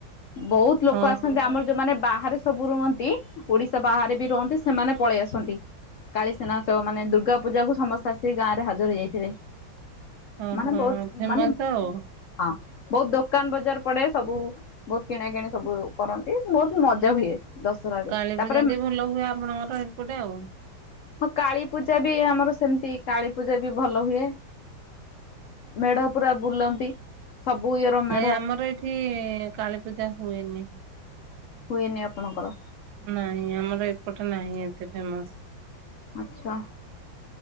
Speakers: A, on the left; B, on the right.
A: ବହୁତ ଲୋକ
B: ହଁ
A: ଆସନ୍ତି
B: ମୁଁ
A: ଆମର ଯୋଉମାନେ ବାହାରେ ସବୁ ରୁହନ୍ତି ଓଡିଶା ବାହାରେ ବି ରୁହନ୍ତି ସେମାନେ ପଳେଇ ଆସନ୍ତି। କାଳିସେନାଚ ମାନେ ଦୁର୍ଗା ପୂଜା କୁ ସମସ୍ତେ ଆସିିକି ଗାଁରେ ହାଜର ହେଇଯାଇଥିବେ।
B: ହଁ
A: ମାନେ
B: ହଁ
A: ବହୁତ
B: ଫେମସ
A: ମାନେ
B: ଆଉ
A: ହଁ। ବହୁତ ଦୋକାନ ବଜାର ପଡେ ସବୁ ବହୁତ କିଣା କିିଣି ସବୁ କରନ୍ତି ବହୁତ ମଜା ହୁଏ। ଦଶହରାରେ
B: କାଳୀ
A: ତାପରେ
B: ପୂଜା ଟି ଭଲ ହୁଏ ଆପଣଙ୍କର ଏପଟେ ଆଉ।
A: ହଁ କାଳୀପୂଜା ବି ଆମର ସେମତି କାଳୀ ପୂଜା ବି ଭଲ ହୁଏ। ମେଢ଼ ପୁରା ବୁଲନ୍ତି। ସବୁ ଇଏର ମେଢ
B: ନ ଆମର ଏଇଠି କାଳୀ ପୂଜା ହୁଏନି।
A: ହୁଏନି ଆପଣଙ୍କର?
B: ନାଇଁ ଆମର ଏପଟେ ନାହିଁ ଏତେ ଫେମସ
A: ଆଛା।